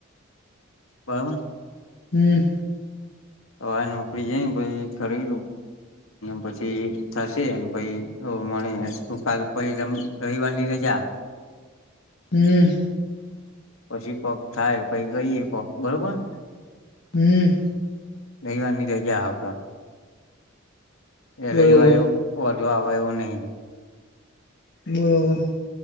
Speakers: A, on the left (about 80°); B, on the left (about 55°).
A: બરોબર
B: હમ
A: હવે નોકરી જ કરી પછી થશે પ મળું કાલ પ રવવારની રજા
B: હમ
A: પછી કોક થાય પછ કહીયે કોક બરોબર
B: હમ
A: રહીવા ની ર ગયા આપડા એ
B: બરોબર
A: રવિવારે જો હવે એવું નહીં
B: બરોબર